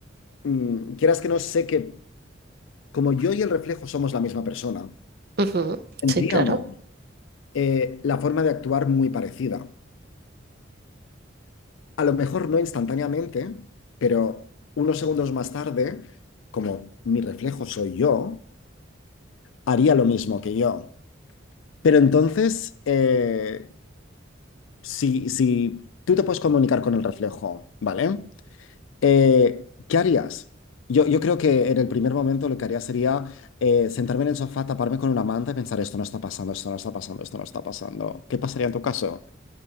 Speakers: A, on the left; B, on the right.
A: mm, quieras que no sé que como yo y el reflejo somos la misma persona,
B: Ujú,
A: tendríamos
B: Sí, claro.
A: eh, la forma de actuar muy parecida. A lo mejor no instantáneamente, pero unos segundos más tarde, como mi reflejo soy yo, haría lo mismo que yo. Pero entonces, eh, si, si tú te puedes comunicar con el reflejo, ¿vale? Eh, ¿qué harías? Yo, yo creo que en el primer momento lo que haría sería eh, sentarme en el sofá, taparme con una manta y pensar, esto no está pasando, esto no está pasando, esto no está pasando. ¿Qué pasaría en tu caso?